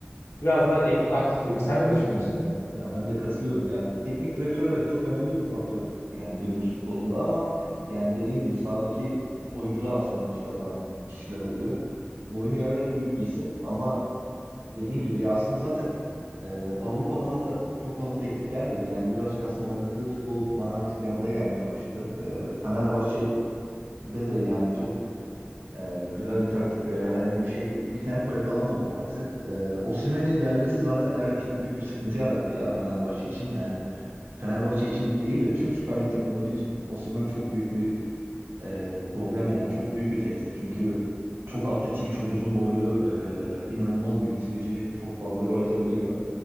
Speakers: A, on the left (about 85°); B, on the right (about 60°).
A: biraz daha ek- aktif gibi. Sen ne düşünüyorsun?
B: Ya ben de katılıyorum ya. Teknik direktör evet çok önemli bir faktör yani günümüz futbolunda ama yani dediğin gibi sahadaki oyuncular aslında maçı kazanan kişiler oluyor. Mourinho evet büyük bir isim ama dediğin gibi ya aslında zaten e, Avrupa'dan da çok fazla teklif gelmedi. Yani birazcık aslında oynattığı futbol bana artık demode gelmeye başladı. E, Fenerbahçe'de de yani çok ee, güzel bir taktik veya herhangi bir şey bir tempo yakalanmadı maalesef. Ee, Osimhen'in gelmesi zaten evet çok büyük bir sıkıntı yarattı ya Fenerbahçe için. Yani Fenerbahçe için değil de tüm Süper Lig takımları için Osimhen çok büyük bir e, problem yani çok büyük bir tehdit. Çünkü çok atletik, çok uzun boylu, e, inanılmaz bir bitirici, çok fazla gol atabiliyor.